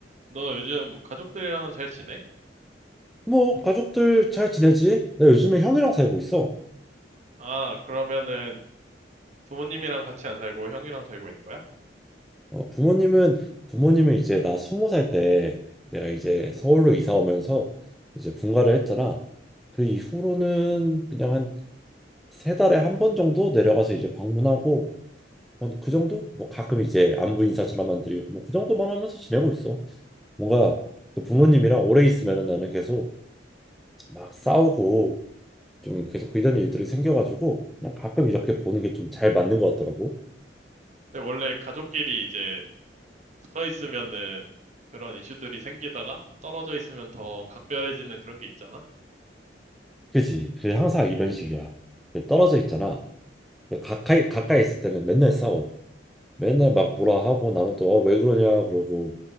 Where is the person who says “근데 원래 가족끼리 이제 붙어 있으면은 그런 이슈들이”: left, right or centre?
Right